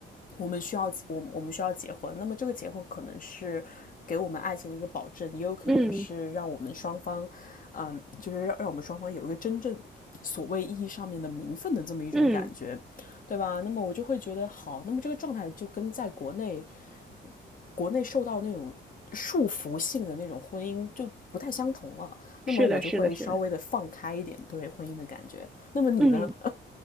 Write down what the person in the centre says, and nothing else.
嗯
嗯，
是的，是的，是的，
嗯。